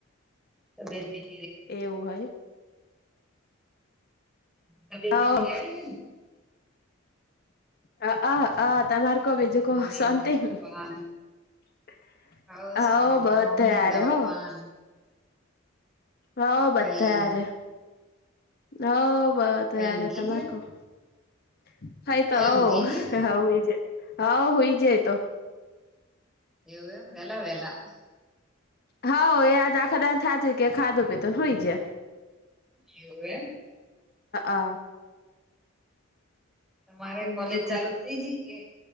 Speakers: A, in the centre; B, on the left.
A: છે તબિત બી
B: એવું હોય.
A: તબિયત
B: હા
A: બીજી રેડી
B: હ. અ અ તમાર કો
A: છે
B: બીજું
A: ને
B: કો
A: મમ્મી
B: શાંતિ
A: ને તારા
B: હવ
A: પપ્પા હવ શાંતિ
B: બધ
A: તારા મમ્મી
B: થયાર
A: ને તારા
B: હો.
A: પપ્પા
B: હા
A: ભાઈ
B: બધા યાર. હ બધ
A: ભાઈ
B: યાર
A: ઊંઘી
B: તમારે
A: ગયા
B: કો થતો
A: ભાઈ
B: હ
A: ઊંઘી ગયા
B: હઈજ હ ઈજ.
A: એવું વલા વલા.
B: હા એ આજ આખા દ થ છે કે ખાધું પીતો હોય છે.
A: એવું એમ.
B: અ
A: તમારે કોલેજ
B: બીજું કો
A: ચાલુ થઈ જ કે